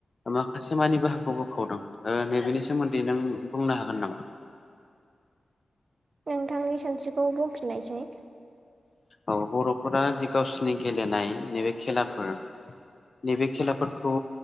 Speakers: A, on the left (about 45°); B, on the right (about 55°).
A: माखासे मानि बाहाग बोखावदों नैबेनि सोमोन्दै नों बुंनो हागोन नामा?
B: नोंथांनि सोंथिखौ बुंफिननायसाय
A: औ बर'फोरा जि गावसिनि गेलेनाय नैबे खेलाफोर नैबे खेलाफोरखौ